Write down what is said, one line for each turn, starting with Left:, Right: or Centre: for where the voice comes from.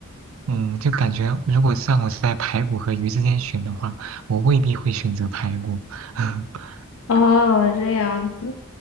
Right: 嗯，就感觉如果是让我在排骨和鱼之间选的话，我未必会选择排骨。<laughs>
Left: 哦，这样子，